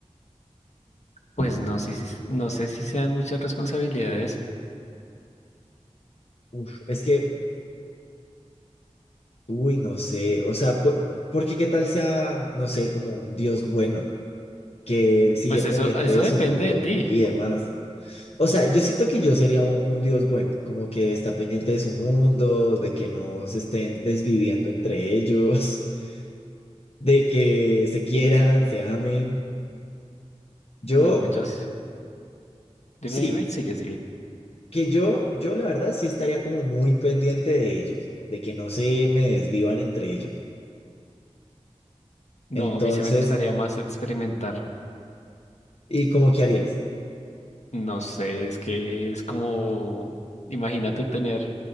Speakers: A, on the left; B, on the left.
A: Pues no, sí, sí- no sé si sean muchas responsabilidades.
B: Uf, es que Uy, no sé, o sea, po- porque qué tal sea, no sé, como un Dios bueno que sigue
A: Pues
B: pendiente
A: eso, eso
B: de
A: depende
B: su mundo
A: de ti.
B: y demás. O sea, yo siento que yo sería un, un Dios bueno, como que está pendiente de su mundo, de que no se estén desviviendo entre ellos, <laughs> de que se quieran, se amen. Yo,
A: No, yo, s- dime,
B: sí,
A: dime, sigue, sigue.
B: que yo, yo la verdad sí estaría como muy pendiente de ellos, de que no se me desvivan entre ellos. Entonces,
A: No, a mí sí me gustaría más experimentar.
B: ¿y cómo qué harías?
A: No sé, es que es como, imagínate tener,